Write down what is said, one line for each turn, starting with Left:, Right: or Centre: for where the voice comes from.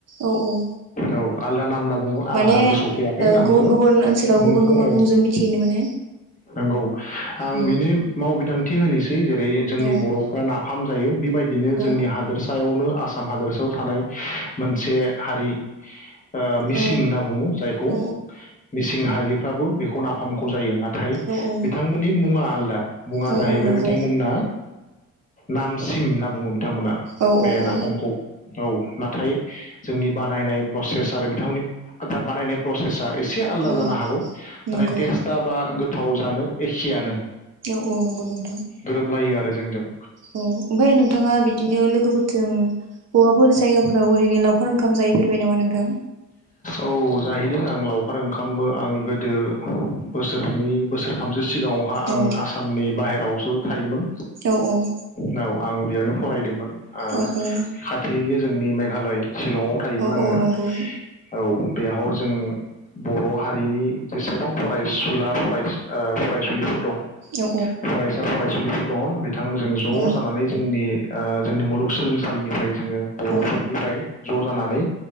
Right: औ औ
Left: औ आलदा नाम ना बुङो आंहा
Right: माने
Left: गोसोआव फैयाखै
Right: ओ
Left: नामखौ
Right: गुबुन गुबुन ओनसोलाव
Left: मुंखौ
Right: गुबुन गुबुन
Left: औ
Right: मुंजों मिथिनो मोनो
Left: नोंगौ आं
Right: उम
Left: बिनि मावबिदां थि होनिस <unintelligible> जेरै जोंनि
Right: औ
Left: बर'फ्रा नाफाम जायो बेबायदि
Right: औ
Left: जोंनि हादोरसायावनो आ साम हादोरसायाव थानाय मोनसे हारि ओ मिसिं
Right: औ
Left: होनना बुङो जायखौ
Right: औ
Left: मिस सिं हारिफ्राबो बेखौ नाफामखौ जायो नाथ थाइ
Right: औ औ
Left: बिथांमोननि मुङा आलदा मुङा
Right: औ
Left: जाहैबाय
Right: औ नंगौ
Left: बिथांमोनना नामसिम होनना बुङो। बिथांमोना
Right: औ
Left: बे नाफामखौ
Right: औ
Left: औ नाथाय जोंनि बानायनाय प्रसेस आरो बिथांमोननि बानायनाय प्रसेस एसे आलदा
Right: औ
Left: जानो हागौ नाथाय
Right: नंगौ
Left: टेस्टआ बा गोथाव जानो एखेयानो
Right: औ औ नंगौ नोंथां
Left: गोरोबलायो आरो जों जों
Right: औ ओमफाय नों नोंथाङा बिदिनो लोगोफोरजों बबाफोर जायगाफोराव ओरैनो लावखार ओंखाम जाहैफेरबाय नामा नोंथां?
Left: औ जाहैदों आं लावखार ओंखामबो आं गोदो बोसोरनै बोसोरथामसो सिगाङावहा आं
Right: औ
Left: आसामनि बाहेरायाव आवसो थायोमोन।
Right: औ औ
Left: औ आं बेयावनो फरायदोंमोन। ओ
Right: औ औ
Left: खाथिनिनो जोंनि मेघालय शिलंआव थायोमोन
Right: औ
Left: आङो।
Right: औ नंगौ
Left: औ बेयाव जों बर' हारिनि जेसेबां फरायसुला फराय ओ फरायसुलिफोर दं
Right: औ
Left: फरायसा फरायसुलिफोर दङ बे बिथांजों ज'
Right: औ
Left: जानानै जोंनि ओ जोंनि मुलुगसोलोंसालिनिफ्राय जोङो। बर'फोरनिफ्राय
Right: औ
Left: ज' जानानै